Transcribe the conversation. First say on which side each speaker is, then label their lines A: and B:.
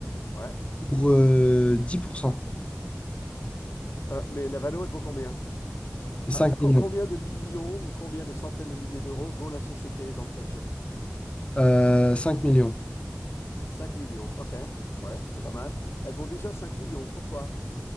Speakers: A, on the left (about 75°); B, on the left (about 25°).
A: Ouais.
B: pour euh, 10%
A: Euh, mais la Valo, elle vaut combien?
B: 5
A: Ah, co-
B: millions.
A: combien de millions ou combien de centaines de milliers d'euros vaut la société d'entrée de jeu?
B: Euh, 5 millions.
A: 5 millions, ok. Ouais, c'est pas mal. Elle vaut déjà 5 millions. Pourquoi?